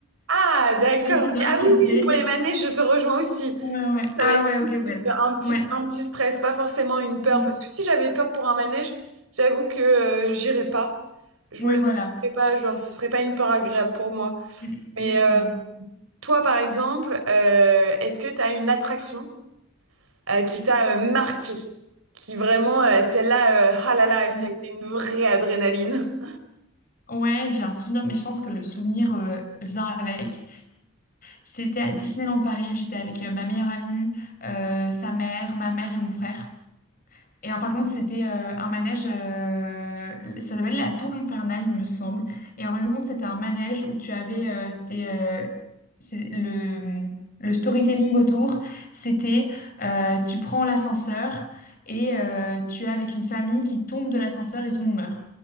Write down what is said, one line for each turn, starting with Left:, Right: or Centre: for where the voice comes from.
Right: ah, d'accord.
Left: Sur les films
Right: ok.
Left: d'horreur,
Right: Ah
Left: je
Right: oui,
Left: suis
Right: oui,
Left: terrifiée.
Right: pour les manèges, je te rejoins aussi.
Left: Ouais, ouais.
Right: Ça
Left: Ah
Right: va être
Left: ouais, ok, ouais.
Right: un petit,
Left: Ouais.
Right: un petit stress, pas forcément une peur.
Left: Mm.
Right: Parce que si j'avais peur pour un manège, j'avoue que euh, j'irais pas. Je
Left: Ouais,
Right: me laisserais
Left: voilà.
Right: pas, genre, ce serait pas une peur agréable pour moi.
Left: Mm,
Right: Mais
Left: Exactement.
Right: euh, toi, par exemple, euh, est-ce que tu as une attraction? euh, qui t'a euh, marqué, qui vraiment, euh, celle-là, euh, ah là là, ça
Left: Mm.
Right: a été une vraie adrénaline.
Left: Ouais, j'ai un souvenir, mais je pense que le souvenir euh, vient avec. C'était à Disneyland Paris. J'étais avec euh, ma meilleure amie, euh, sa mère, ma mère et mon frère. Et en fin de compte, c'était euh, un manège, euh, ça s'appelle la Tour Infernale, il me semble. Et en fin de compte, c'était un manège où tu avais, euh, c'était euh, c'est le, le storytelling autour, c'était euh, tu prends l'ascenseur et euh, tu es avec une famille qui tombe de l'ascenseur et tout le monde meurt.